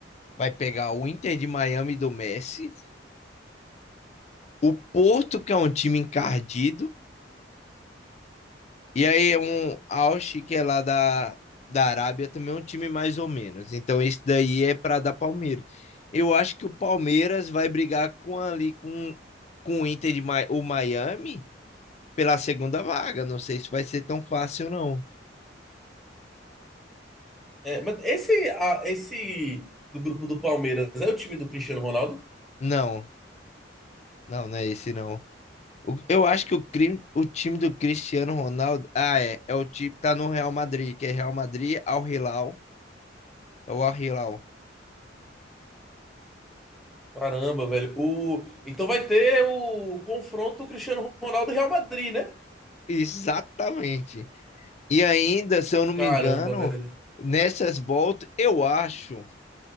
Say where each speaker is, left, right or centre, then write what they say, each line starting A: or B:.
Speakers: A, on the left; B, in the centre.
A: vai pegar o Inter de Miami do Messi, o Porto, que é um time encardido, E aí, um Al que é lá da, da Arábia, também é um time mais ou menos. Então, esse daí é para dar Palmeiras. Eu acho que o Palmeiras vai brigar com ali com, com o Inter de Mi- o Miami pela segunda vaga. Não sei se vai ser tão fácil, não.
B: É, mas esse, a- esse do grupo do Palmeiras é o time do Cristiano Ronaldo?
A: Não, não, não é esse, não. O- eu acho que o, crime, o time do Cristiano Ronaldo. Ah, é. É o time que tá no Real Madrid, que é Real Madrid, Al Hilal. É o Al Hilal.
B: Caramba, velho. O, então vai ter o confronto Cristiano Ronaldo e Real Madrid, né?
A: Exatamente. E ainda, se eu não
B: Caramba,
A: me engano,
B: velho.
A: nessas voltas, eu acho